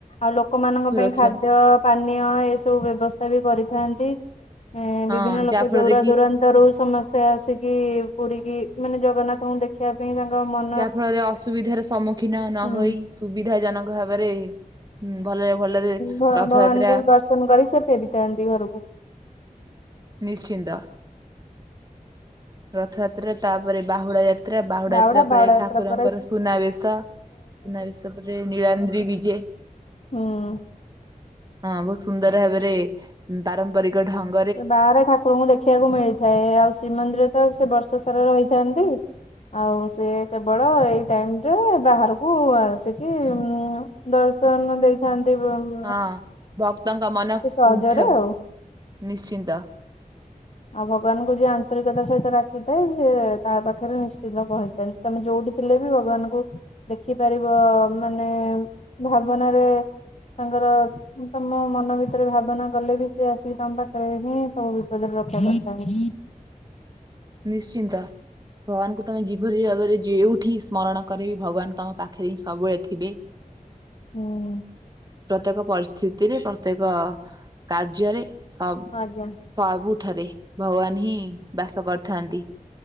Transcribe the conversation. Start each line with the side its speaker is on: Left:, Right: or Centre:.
Left: ଆଉ ଲୋକମାନଙ୍କ
Right: ସୁରକ୍ଷା
Left: ପାଇଁ ଖାଦ୍ୟ ପାନୀୟ ଏସବୁ ବ୍ୟବସ୍ଥା ବି କରିଥାନ୍ତି ଏ
Right: ହଁ
Left: ବିଭିନ୍ନ ଲୋକ
Right: ଯାହା ଫଳରେ
Left: ଯୌରା
Right: କି
Left: ଯୌରା ରୁ ସମସ୍ତେ ଆସିକି ପୁରୀକି ମାନେ ଜଗନ୍ନାଥଙ୍କୁ ଦେଖିବା ପାଇଁ ତାଙ୍କ ମ
Right: ଯାହା ଫଳରେ ଅସୁବିଧାର ସମ୍ମୁଖୀନ ନହୋଇ
Left: ହୁଁ।
Right: ସୁବିଧା ଜନକ ଭାବରେ ଭଲରେ ଭଲରେ
Left: ଭଗବାନଙ୍କୁ
Right: ରଥଯାତ୍ରା
Left: ଦର୍ଶନ କରି ସେ ଫେରିଥାନ୍ତି ଘରକୁ।
Right: ନିଶ୍ଚିନ୍ତ ରଥଯାତ୍ରା ତାପରେ ବାହୁଡା ଯାତ୍ରା ଯାତ୍ରା ବାହୁଡ
Left: ବାହୁଡା
Right: ଯାତ୍ରା ପରେ
Left: ବାହୁଡା ଯାତ୍ରା
Right: ଠାକୁରଙ୍କର
Left: ପରେ
Right: ସୁନାବେଶ ସୁନାବେଶ ପରେ ନୀଳାନ୍ଦ୍ରି ବିଜେ।
Left: ହଁ।
Right: ହଁ ବହୁତ ସୁନ୍ଦର ଭାବରେ ପାରମ୍ପରିକ ଢଙ୍ଗ
Left: ବାହାରେ ଠାକୁରଙ୍କୁ ଦେଖିବାକୁ ମିଳିଥାଏ ଆଉ ଶ୍ରୀମନ୍ଦିର ତ ସେ ବର୍ଷ ସାରା ରହିଥାନ୍ତି। ଆଉ ସେ କେବଳ ଏଇ ଟାଇମ ରେ ବାହାରକୁ ଆସିକି ଦର୍ଶନ ଦେଇଥାନ୍ତି ପ୍ରଭୁ।
Right: ହଁ ଭକ୍ତଙ୍କ ମନ
Left: ସହଜରେ
Right: କୁଣ୍ଠ
Left: ଆଉ।
Right: ନିଶ୍ଚିନ୍ତ।
Left: ଆଉ ଭଗବାନଙ୍କୁ ଯିଏ ଆନ୍ତରିକତା ସହିତ ଡାକିଥାଏ ସିଏ ତା ପାଖରେ ନିଶ୍ଚିତ ପହଞ୍ଚିଥାଏ। ତମେ ଯୋଉଠି ଥିଲେ ବି ଭଗବାନଙ୍କୁ ଦେଖିପାରିବ ମାନେ ଭାବନାରେ ତାଙ୍କର ତମ ମନ ଭିତରେ ଭାବନା କଲେ ବି ସେ ଆସିକି ତମ ପାଖରେ ହିଁ ସବୁ ବିପଦରେ ରଖ <unintelligible>
Right: ନିଶ୍ଚିନ୍ତ ଭଗବାନଙ୍କୁ ତମେ ଯେ ଭରି ଭାବରେ ଯେଉଁଠି ସ୍ମରଣ କରି ବିି, ଭଗବାନ ତମ ପାଖରେ ହିଁ ସବୁବେଳେ ଥିବେ।
Left: ହୁଁ।
Right: ପ୍ରତ୍ୟେକ ପରିସ୍ଥିତିରେ ପ୍ରତ୍ୟେକ କାର୍ଯ୍ୟରେ ସବ
Left: ଆଜ୍ଞା।
Right: ସବୁଠାରେ ଭଗବାନ ହିଁ ବାସ କରିଥାନ୍ତି।